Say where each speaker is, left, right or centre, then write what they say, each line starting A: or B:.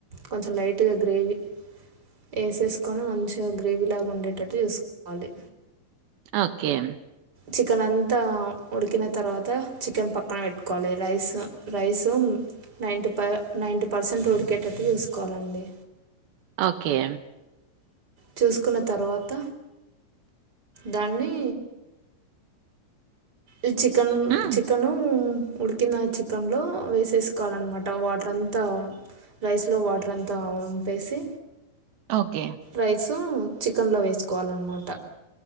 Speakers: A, on the right; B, on the right.
A: కొంచెం లైట్గా గ్రేవీ ఏసేసుకొని మంచిగా గ్రేవీ లాగా ఉండేటట్టు చూసుకోవాలి
B: ఓకే
A: చికెన్ అంతా ఉడికిన తర్వాత చికెన్ పక్కన పెట్టుకోవాలి రైస్ రైసు నైన్టీ ప నైంటీ పర్సెంట్ ఉడికేటట్టు చూసుకోవాలండి
B: ఓకే
A: చూసుకున్న తర్వాత దాన్ని ఈ చికెన్
B: మ్మ్
A: చికెను ఉడికిన చికెన్లో వేసేసుకోవాలన్నమాట వాటర్ అంతా రైస్లో వాటర్ అంతా వంపేసి
B: ఓకే
A: రైసు చికెన్లో వేసుకోవాలన్నమాట